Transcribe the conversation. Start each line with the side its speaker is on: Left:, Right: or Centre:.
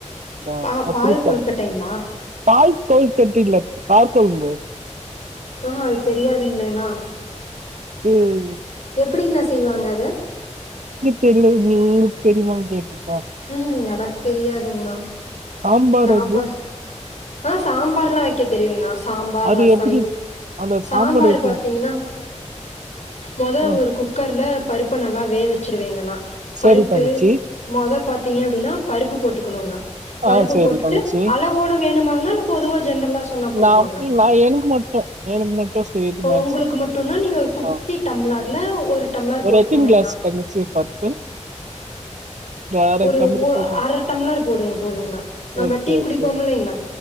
Right: இந்த
Left: பா
Right: கத்திரிக்கா
Left: பால் கொழுக்கட்டைங்களா
Right: பால் கொழு கட்டியில்ல கார கொழும்புது
Left: ஆஹ் அது தெரியாதுங்களேனா
Right: உம்
Left: எப்டிங்னா செய்வாங்க அத
Right: தெரிலயே உங்ளுக்கு தெரிமான் கேட்ட
Left: ம் ஹும் எனக் தெரியாதுங்னா
Right: சாம்பார்
Left: நா
Right: அது
Left: ப ஆ சாம்பார்லா வெக்க தெரியுங்னா சாம்பார்
Right: அது
Left: ரசம்
Right: எப்படி அந்த
Left: சாம்பார்
Right: எப்படி
Left: பாத்தீங்னா மொத
Right: ஆ
Left: ஒரு குக்கர்ல பருப் ப்ப நல்லா வே வெச்சுருவேங்கனா
Right: சரி
Left: பருப்பு
Right: தங்கச்சி
Left: மொத பாத்தீங்க அப்டினா பருப்பு போட்டுக்கணுங்னா பருப்
Right: ஆ
Left: உப்பு
Right: சரி
Left: போட்டுட்டு
Right: தங்கச்சி
Left: அளவோட வேணுமாங்னா பொதுவா ஜென்ரலா சொன்னா போதுமாங்னா
Right: நான் நான் எனக்கு மட்டும் எனக்கு மட்டும் செய்யறது மாதிரி
Left: உங்களுக்கு
Right: சொல்லுங்க
Left: மட்டுனா நீங்க ஒரு குட்டி
Right: ஆ
Left: டம்ளார் ல ஒரு டம்ளார்
Right: ஒரு
Left: போட்டுக்கோங்கண்ணா
Right: எத்தின் க்ளாஸ் தங்கச்சி பருப்பு அரை
Left: ஒரு
Right: டம்ளர் போதுமா
Left: அர டம்ளர் போடுங்க போதுங்கனா நம்ம
Right: ஓகே
Left: டீ
Right: ஓகே
Left: குடிப்போம்லைங்கனா